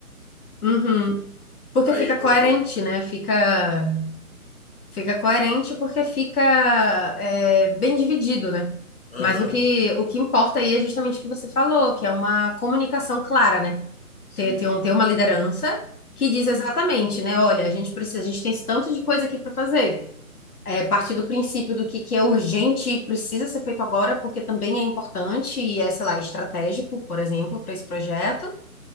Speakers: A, on the left; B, on the left.
A: Uhum. Porque
B: Aí
A: fica
B: eu
A: coerente,
B: prefiro.
A: né? Fica, fica coerente porque fica é, bem dividido, né?
B: Aham,
A: Mas o que, o que importa aí é justamente o que você falou, que é uma comunicação clara, né?
B: sim.
A: Ter, ter, um, ter uma liderança que diz exatamente, né? Olha, a gente precisa, a gente tem esse tanto de coisa aqui para fazer. É, partir do princípio do que, que é urgente e precisa ser feito agora, porque também é importante e é, sei lá, estratégico, por exemplo, para esse projeto.